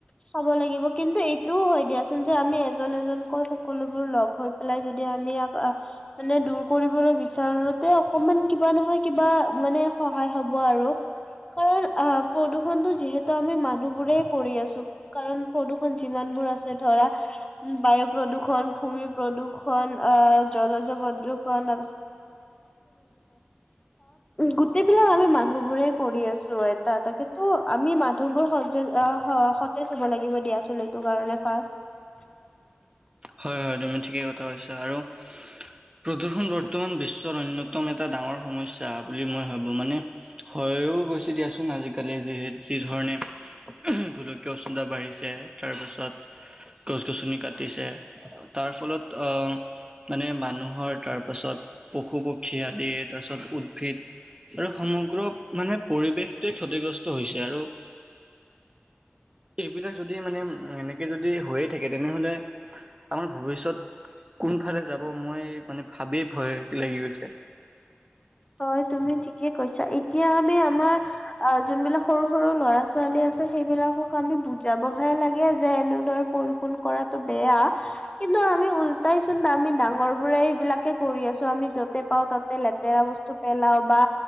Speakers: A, on the left; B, on the right.
A: চাব লাগিব কিন্তু এইটোও হয় দিয়া যে আমি এজন এজনকৈ সকলোবোৰ লগ হৈ পেলাই যদি আমি মানে দূৰ কৰিবলৈ বিচাৰোতে অকমান কিবা নহয় কিবা মানে সহায় হ'ব আৰু কাৰণ আহ প্ৰদূৰণটো যিহেতু আমি মানুহ বোৰে কৰি আছো কাৰণ প্ৰদূৰণ যিমান আছে ধৰা বায়ু প্ৰদূৰষণ ভূমি প্ৰদূৰ্ষণ আহ জলূ <unintelligible> প্ৰদূৰ্ষণ অ গোটেইবিলাক আমি মানুহ বোৰে কৰি আছো এটা এটাকে আমি মানুহবোৰ সজ সতেজ হ'ব লাগিব দিয়াচোন এইটো কাৰণে ফাৰ্ষ
B: হয় হয় তুমি ঠিকেই কথা কৈছা আৰু প্ৰদূষণ বৰ্তমান বিশ্বৰ অন্যতম এটা ডাঙৰ সমস্যা বুলি মই ভাবো মানে হয়ো গৈছে দিয়াচোন আজিকালি যিহেতু যিধৰণে গোলকীয় উষ্ণতা বাঢ়িছে তাৰপিছত গছ গছনি কাটিছে তাৰ ফলত আহ মানে মানুহৰ তাৰ পাছত পশু পক্ষী আদি তাৰপাছত উদ্ভিদ আৰু সমগ্ৰ মানে পৰিৱেশ অ ক্ষতিগ্ৰস্ত হৈছে আৰু এইবিলাক যদি মানে এনেকৈ যদি হৈয়ে থাকে তেনেহ'লে আমাৰ ভৱিষ্যত কোনফালে যাব মই মানে ভাবিয়ৈ ভয় লাগি গৈছে
A: হয় তুমি ঠিকে কৈছা এতিয়ামি আমাৰ যোনবিলাক সৰু সৰু ল'ৰা ছোৱালী আছে সেইবিলাক আমি বুজাব লাগে যে এনেদৰে <unintelligible> কৰাটো বেয়া ন্তু আমি উলটাই চোন আমি ডাঙৰ বোৰে এইবিলাকে কৰি আছো আমি যতে পাও ততে লেতেৰা বস্তু পেলাও বা